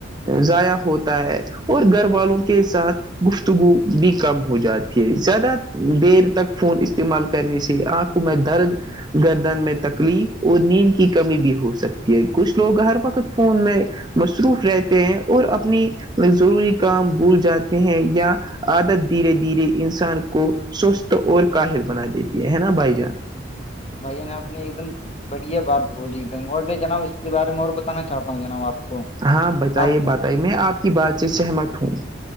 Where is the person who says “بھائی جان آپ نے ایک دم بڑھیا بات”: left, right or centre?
Left